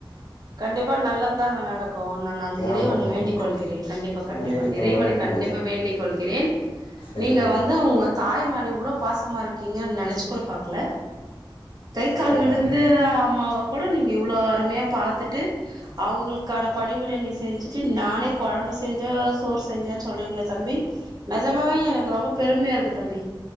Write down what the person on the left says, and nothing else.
ஆமாமா
வேண்டிக்கோங்க
வேண்டிக்கோங்க
செரிங்க
ஆமாங்க